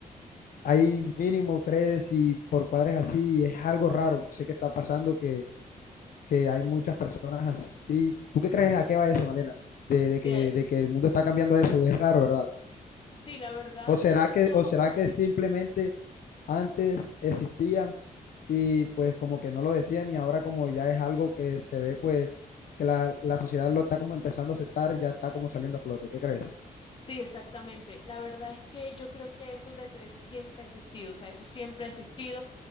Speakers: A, on the left; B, on the left.
A: hay mínimo tres y por cuadres así, y es algo raro. No sé qué está pasando, que, que hay muchas personas así. ¿Tú qué crees a qué va eso, Malena? De, de
B: Sí,
A: que,
B: hay-
A: de que el mundo está cambiando a eso, es raro, ¿verdad?
B: sí, la verdad,
A: ¿O será
B: el mundo,
A: que, o será que simplemente antes existían y pues como que no lo decían y ahora como ya es algo que se ve pues que la, la sociedad lo está como empezando a aceptar, ya está como saliendo a flote? ¿Qué crees?
B: sí, exactamente. La verdad es que yo creo que eso desde siempre ha existido, o sea, eso siempre ha existido